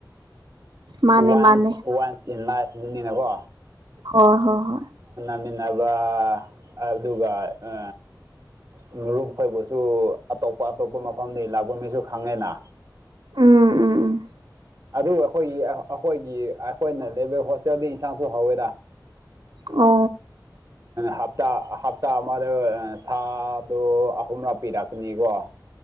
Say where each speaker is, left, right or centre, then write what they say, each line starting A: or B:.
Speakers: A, on the right; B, on the right.
A: ꯃꯥꯅꯦ
B: ꯋꯥꯟꯁ
A: ꯃꯥꯅꯦ
B: ꯋꯥꯟꯁ ꯏꯟ ꯂꯥꯏꯐꯅꯤꯅꯦꯀꯣ
A: ꯍ ꯍꯣꯏ ꯍꯣꯏ
B: ꯆꯥꯃꯤꯟꯅꯕ ꯑꯗꯨꯒ ꯑ ꯃꯔꯨꯞꯈꯣꯏꯕꯨꯁꯨ ꯑꯇꯣꯞꯄ ꯑꯇꯣꯞꯄ ꯃꯐꯝꯗꯒꯤ ꯂꯥꯛꯄ ꯃꯤꯁꯨ ꯈꯪꯉꯦꯅ
A: ꯎꯝ ꯎꯝ ꯎꯝ
B: ꯑꯗꯨ ꯑꯩꯈꯣꯏꯒꯤ ꯑꯩꯈꯣꯏꯒꯤ ꯑꯩꯈꯣꯏꯅ ꯂꯩꯕ ꯍꯣꯁꯇꯦꯜꯗ ꯏꯟꯁꯥꯡꯁꯨ ꯍꯧꯋꯦꯔ
A: ꯑ
B: ꯍꯞꯇꯥ ꯍꯞꯇꯥ ꯑꯃꯗ ꯁꯥꯗꯣ ꯑꯍꯨꯝꯂꯛ ꯄꯤꯔꯛꯀꯅꯤꯀꯣ